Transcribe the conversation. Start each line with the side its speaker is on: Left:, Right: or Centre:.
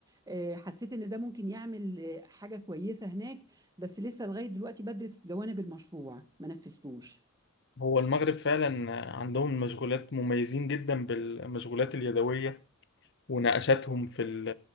Right: آه، حسيت ان ده ممكن يعمل آه، حاجه كويسه هناك بس لسه لغايه دلوقتي بدرس جوانب المشروع ما نفذتوش
Left: هو المغرب فعلا عندهم مشغولات مميزين جدا بالمشغولات اليدوية ونقشاتهم في ال-